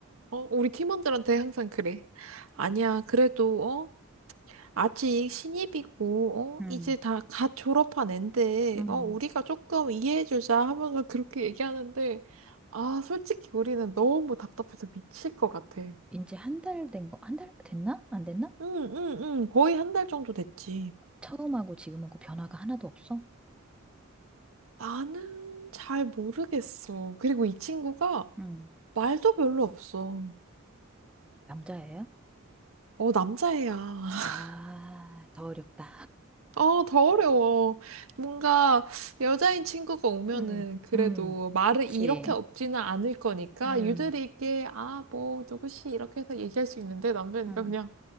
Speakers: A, on the right; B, in the centre.
A: 어, 우리 팀원들한테 항상 그래. 아니야, 그래도, 어, 아직 신입이고,
B: 응.
A: 어, 이제 다 갓 졸업한 앤데,
B: 응
A: 어, 우리가 조금 이해해주자 하면서 그렇게 얘기하는데, 아, 솔직히 우리는 너무 답답해서 미칠 것 같아.
B: 이제 한 달 된 거, 한 달 됐나? 안 됐나?
A: 응, 응, 응, 거의 한 달 정도 됐지.
B: 처음하고 지금하고 변화가 하나도 없어?
A: 나는 잘 모르겠어. 그리고 이 친구가
B: 음.
A: 말도 별로 없어.
B: 남자예요?
A: 어, 남자애야. <laughs>
B: 아, 더 어렵다.
A: 어, 더 어려워. 뭔가 여자인 친구가 오면은
B: 음,
A: 그래도
B: 음,
A: 말을
B: 그치.
A: 이렇게 없지는 않을 거니까
B: 음,
A: 유들이 있게 아, 뭐, 누구씨 이렇게 해서 얘기할 수 있는데 남자니까
B: 음.
A: 그냥